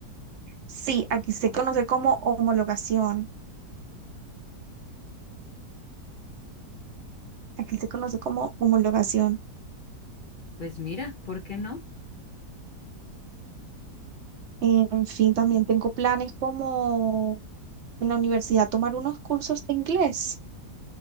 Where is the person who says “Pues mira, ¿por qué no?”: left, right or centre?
Left